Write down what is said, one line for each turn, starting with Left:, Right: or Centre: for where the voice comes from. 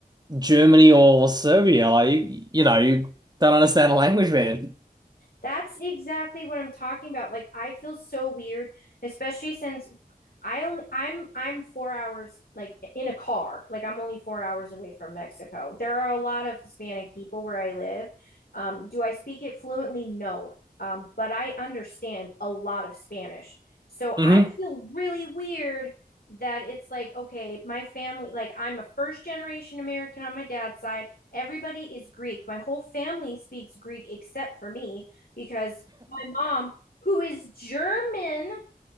Right: Germany or Serbia? Like, you, you know, you don't understand the language, man.
Left: That's exactly what I'm talking about. Like I feel so weird, especially since I only I'm I'm 4 hours like in a car. Like I'm only 4 hours away from Mexico. There are a lot of Hispanic people where I live. Um, do I speak it fluently? No. Um, but I understand a lot of Spanish. So
Right: hmm
Left: I feel really weird that it's like, okay, my family, like I'm a first generation American on my dad's side. Everybody is Greek. My whole family speaks Greek except for me because my mom, who is German,